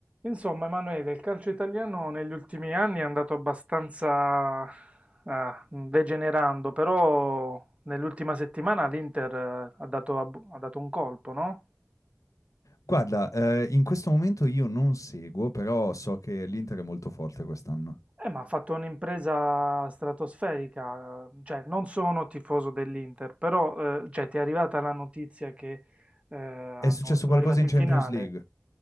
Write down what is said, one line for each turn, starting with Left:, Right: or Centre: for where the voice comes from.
Right: Insomma, Emanuele, il calcio italiano negli ultimi anni è andato abbastanza eh, degenerando, però nell'ultima settimana l'Inter eh, ha dato, ab- ha dato un colpo, no?
Left: Guarda, eh, in questo momento io non seguo, però so che l'Inter è molto forte quest'anno.
Right: Eh, ma ha fatto un'impresa stratosferica, cioè non sono tifoso dell'Inter, però eh, cioè, ti è arrivata la notizia che eh, hanno-
Left: È successo
Right: sono
Left: qualcosa
Right: arrivati
Left: in
Right: in
Left: Champions
Right: finale.
Left: League?